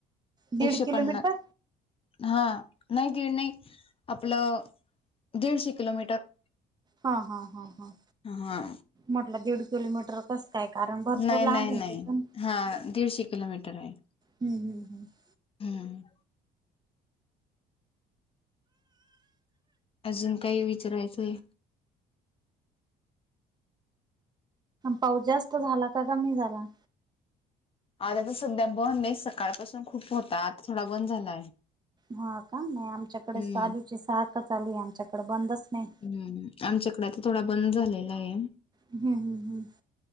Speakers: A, on the right; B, on the left.
A: दीड
B: एकशे
A: किलोमीटर
B: पन्ना हा नाही दीड नाही आपलं दीडशे किलोमीटर.
A: हा हा हा हा,
B: हा
A: म्हटलं दीड किलोमीटर कस काय? कारण भरपूर
B: नाही
A: लांब
B: नाही
A: आहे
B: नाही,
A: ते पण
B: हा दीडशे किलोमीटर आहे.
A: हम् ह्म ह्
B: हम्म. अजून काही विचारायचंय?
A: पाऊस जास्त झाला का कमी झाला-
B: आता तर सध्या बंद आहे सकाळपासून खूप होता आता थोडा बंद झालाय.
A: हा का नाही आमच्याकडे
B: हम्म
A: चालूचे सारखा चालू आहे आमच्याकड बंदच नाही.
B: हम्म आमच्याकडे आता थोडा बंद झालेला आहे.
A: हम्म हम्म हम्म